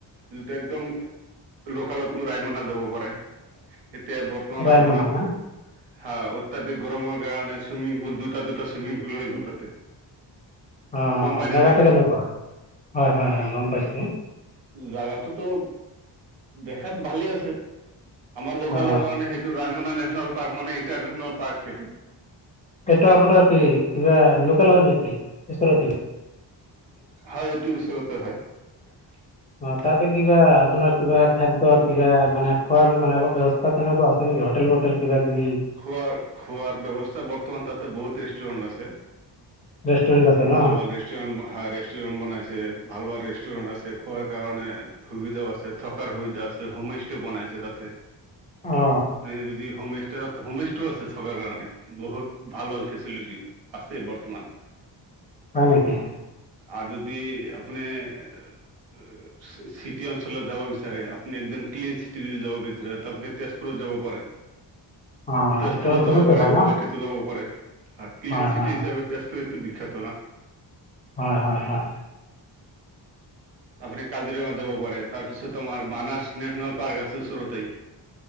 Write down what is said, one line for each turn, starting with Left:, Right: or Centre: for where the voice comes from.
Right: যিটো একদম লোকালত ৰায়মনা যাব পাৰে। এতিয়া বৰ্তমান
Left: ৰায়মনা
Right: ৰায় মনাত।
Left: না
Right: হা অত্যাধিক গৰমৰ কাৰণে চুইমিং পুল দুটা দুটা চুইমিং পুল হৈ গ'ল তাতে
Left: অ
Right: গম পাই
Left: জাগাতে
Right: নে নাই
Left: কেনেকোৱা হয় হয় হয় গম পাইছো।
Right: জেগাটোতো দেখাত ভালেই আছে আমাৰ লোকেলৰ
Left: অ
Right: কাৰণে সেইটো ৰা নেশ্যনেল পাৰ্ক মানে ইণ্টাৰনেশ্যনেল পাৰ্ক সেইটো
Left: এইটো আপোনাৰ কি কিবা লোকেল হয় নেকি ওচৰতে নকি
Right: হয় এইটো ওচৰতে হয়।
Left: অ তাতে কিবা আপোনাৰ কিবা খাদ্য কিবা মানে খোৱাৰ মানে ব্যৱস্থা তেনেকোৱা আছে নেকি হোটেল বোটেল কিবা। কিবি
Right: খোৱা খোৱাৰ ব্যৱস্থা বৰ্তমান তাতে বহুত ৰেষ্টুৰেণ্ট আছে।
Left: ৰেষ্টুৰেণ্ট আছে ন
Right: ভাল ভাল ৰেষ্টুৰেণ্ট হা ৰেষ্টুৰেণ্ট বনাইছে ভাল ভাল ৰেষ্টুৰেণ্ট আছে খোৱাৰ কাৰণে সুবিধাও আছে থকাৰ সুবিধা আছে হোমষ্টে বনাইছে তাতে
Left: অ
Right: আপুনি যদি হোমষ্টেত হোমষ্টেও আছে থকাৰ কাৰণে বহুত ভাল ভাল ফেচিলিটি। আছে বৰ্তমান।
Left: হয় নেকি
Right: আৰু যদি আপুনি- চিটি অঞ্চলত যাব বিচাৰে? আপুনি একদম ক্লিন চিটি দি যাব বিচাৰে ত আপুনি তেজপুৰ যাব পাৰে।
Left: অ।
Right: তেজপুৰত
Left: এইটো
Right: যাব
Left: শুনোতে
Right: পাৰে।
Left: হয় ন
Right: গুৱাহাটীতো যাব পাৰে। হা ক্লিন
Left: হয়
Right: চিটি
Left: হয় হয়
Right: হিচাপে তেজপুৰেতো বি খ্যাতো না
Left: হয়, হয়, হয়।
Right: আপুনি কাজিৰঙাত যাব পাৰে। তাৰপিছত তোমাৰ মানাচ নেচনেল পাৰ্ক আছে ওচৰতেই।